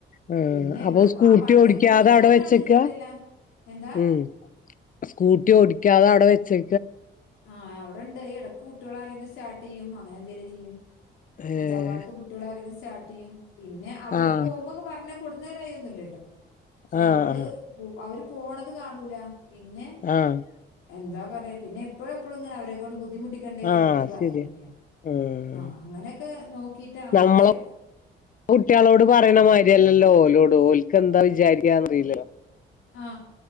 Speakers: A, on the left (about 45°); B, on the left (about 85°).
A: ആ
B: പിന്നെ ഇവിടെ
A: അപ്പൊ സ്കൂട്ടി
B: ആ പറഞ്ഞ
A: ഓടിക്കാതെ
B: കേക്കാൻ
A: അവിടെ വെച്ചേക്കാ
B: ആളില്ലേറ്റല്ല എന്താ
A: ഉം സ്കൂട്ടി ഓടിക്കാതെ അവിടെ വെച്ച്.
B: ആ അവിടെണ്ട് ഇടക്ക് കുട്ടികൾ ആരെങ്കിലും സ്റ്റാർട്ട് ചെയ്യും? അങ്ങനെ എന്തെങ്കിലും ചെയ്യും. മൂത്താപ്പാടത്ത്
A: ഏഹ്
B: കുട്ടികളൾ ആരെങ്കിലും സ്റ്റാർട്ട് ചെയ്യും. പിന്നെ അവര്
A: ആഹ്
B: പോകുമ്പോക്കെ പറഞ്ഞ- കൊടുനേരയൊന്നുമില്ലാക്കട്ടെ മയില്ലാ കേട്ടാ. പക്ഷെ
A: ആഹ്
B: നമ്മള്
A: ആഹ്
B: അവര് പോണത് കാണൂല- പിന്നെ
A: ആഹ്
B: എന്താ പറയാ പിന്നെ എപ്പോഴും എപ്പോഴും ഇങ്ങനെ അവരെ കൊണ്ട് ബുദ്ധിമുട്ടിക്കണ്ടേ കരുതിയിട്ട്
A: ആഹ്
B: പറയൂല്ല.
A: ശരിയാ ആഹ്
B: ആ അങ്ങനെയൊക്കെ നോക്കിട്ടാണ്.
A: നമ്മളെ
B: പക്ഷെ?
A: കുട്ടികളോട് പറയുന്ന മാതിരിയല്ലല്ലോ ഓലോട് ഓലക്ക് എന്താ വിചാരിക്കാ എന്ന് അറിയില്ല
B: ആ